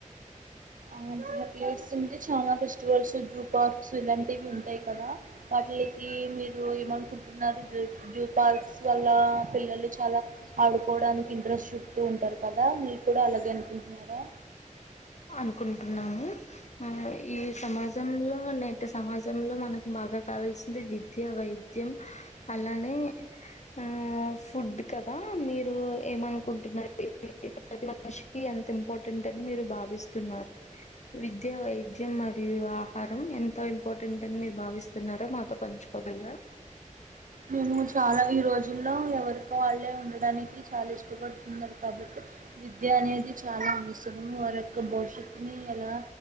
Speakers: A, on the right; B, on the left.
A: అవును నెకెట్స్ అంటే చాలా ఫెస్టివల్స్ జూ పార్క్స్ ఇలాంటివి ఉంటాయి కదా ఆ అట్లయితే మీరు ఏమనుకుంటున్నారు బ్యూ జు పార్క్స్ వల్ల పిల్లలు చాలా ఆడుకోవడానికి ఇంట్రెస్ట్ చూప్తు ఉంటారు కదా మీరు కూడా అలాగే అనుకుంటున్నారా
B: అనుకుంటున్నాము ఆ ఈ సమాజంలో నేటి సమాజంలో మనకు బాగా కావాల్సింది విద్య వైద్య ద్యం అలానే ఆ ఫుడ్ కదా మీరు ఏమనుకుంట టు ప్రతి మనిషికి ఎంత ఇంపార్టెంట్ అని మీరు భావి స్తున్నారు విద్య వైద్యం మరియు ఆహారం ఎంత ఇంపార్టెంట్ అని మీరు భావిస్తు న్నారో మాతో పంచుకోగలరా
A: మేము చాలా ఈ రోజుల్లో ఎవరికి వాళ్ళే ఉండడానికి చాలా ఇష్టపడుతున్నారు కాబట్టి విద్య అనేది చాలా అవసరం వారి యొక్క భవిష్యత్తుని ఎలా